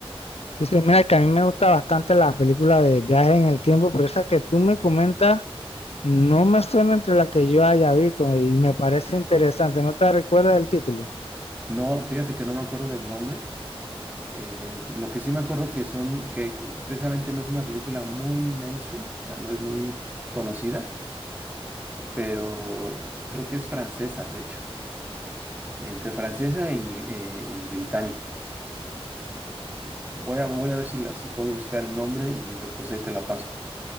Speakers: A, on the left; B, on the right.
A: Dice, mira que a mí me gusta bastante las películas de viaje en el tiempo, pero esa que tú me comentas no me suena entre las que yo haya visto y me parece interesante. No te recuerdas del título,
B: No, fíjate que no me acuerdo del nombre. Eh, lo que sí me acuerdo que son, que, que precisamente no es una película muy mainstream, o sea, no es muy conocida, pero creo que es francesa, de hecho, entre francesa e ingl- eh, y británica. Eh, Voy a, voy a ver si, la- si puedo buscar el nombre y después ahí te la paso.